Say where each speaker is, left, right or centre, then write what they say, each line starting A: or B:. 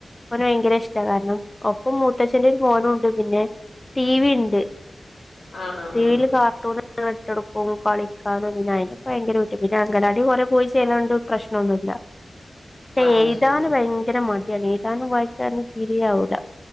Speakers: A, on the left (about 20°); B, on the left (about 80°).
A: മോന് ഭയങ്കര ഇഷ്ടാ കാരണം ഒപ്പം മൂത്തച്ഛന്റെ ഒരു മോനുണ്ട് പിന്നെ ടി വി ഉണ്ട്
B: ആഹ് ആഹ്
A: ടിവിൽ
B: ആഹ്
A: കാർട്ടൂൺ ഇട്ടകൊടുക്കും കളിക്കാനും അതിനൊക്കെ ഭയങ്കരട്ട പിന്നെ അങ്കൽവാടി കൊറെ പോയി ചെയ്യലണ്ട് പ്രശ്നൊന്നുല്ല ഇപ്പൊ
B: ആഹ്
A: എഴുതാന്
B: അത് ശരി
A: ഭയങ്കര മ ഏതാനും വായിക്കാനും തീരെ യാവൂല്ല